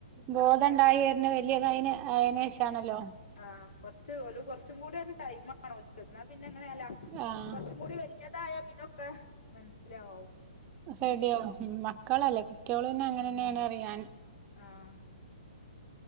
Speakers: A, on the right; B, on the left.
A: ബോധംണ്ടായി വര വലിയത് അയ്ന് അയ്നേഷം ആണല്ലോ
B: ആഹ് കൊറച്ച് കുറച്ചും കൂടി ഒരു ടൈം ഓൽക്ക് പിന്നെ അങ്ങനെയല്ല
A: ആഹ്
B: കുറച്ചും കൂടി വലിയതായ പിന്നൊക്കെ മനസ്സിലാവും
A: റെഡിയാവും മക്കളല്ലേ കുട്ട്യാൾ തന്നെ അങ്ങനെ തന്നെയാണ് അറിയും ഞാൻ
B: ആഹ്